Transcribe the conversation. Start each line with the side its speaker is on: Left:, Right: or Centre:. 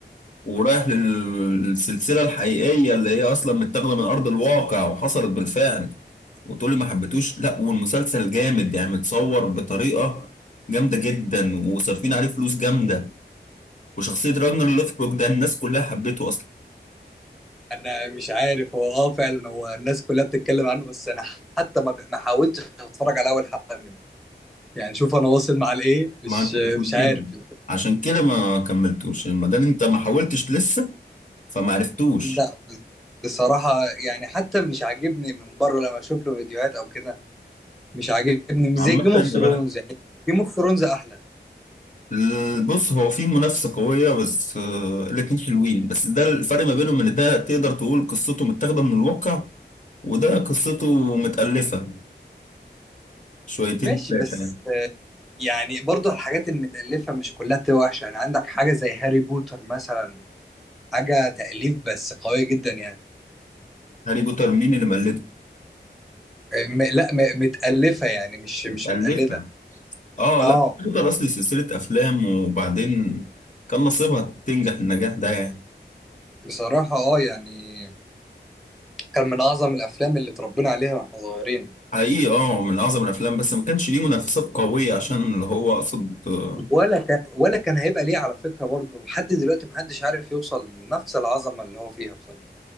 Left: ورايح للسلسله الحقيقيه اللي هي اصلا متاخده من ارض الواقع وحصلت بالفعل وتقولي ما حبيتوش لا والمسلسل جامد يعني متصور بطريقه جامده جدا وصارفين عليه فلوس جامده وشخصية راجنر لوثبروك ده الناس كلها حبيته أصلا
Centre: انا مش عارف هو اه فعلا هو الناس كلها بتتكلم عنه بس انا حتى ما ما حاولتش اتفرج على اول حلقه منه يعني شوف انا واصل مع الايه مش
Left: ما عندكش مشكلة
Centre: مش عارف
Left: عشان كده ما كملتوش ما دام أنت ما حاولتش لسه فما عرفتوش
Centre: لا بصراحه يعني حتى مش عاجبني من بره لما اشوف له فيديوهات او كده مش عاجبني مش
Left: عامة
Centre: زي جيم اوف
Left: يا
Centre: ثرونز
Left: بخت
Centre: يعني جيم اوف ثرونز احلى
Left: ال- بص هو في منافسة قوية بس آه، الاتنين حلوين بس ده الفرق ما بينهم إن ده تقدر تقول قصته متاخدة من الواقع وده قصته متألفة شويتين
Centre: ماشي
Left: تلاتة
Centre: بس
Left: يعني
Centre: يعني برضه الحاجات المتألفة مش كلها بتبقى وحشة يعني عندك حاجة زي هاري بوتر مثلا حاجة تأليف بس قوية جدا يعني
Left: هاري بوتر مين اللي مقلده؟
Centre: م... لا م... متألفة يعني مش
Left: متألفة
Centre: مش متقلدة
Left: اه
Centre: اه
Left: لا هاري بوتر أصلي سلسلة أفلام وبعدين كان نصيبها تنجح النجاح ده يعني
Centre: بصراحة اه يعني كان من أعظم الأفلام اللي اتربينا عليها واحنا صغيرين
Left: حقيقي اه من اعظم الافلام بس ما كانش ليه منافسات قويه عشان اللي هو اقصد آه،
Centre: ولا كان ولا كان هيبقى ليه على فكرة برضه لحد دلوقتي محدش عارف يوصل لنفس العظمة اللي هو فيها بصراحة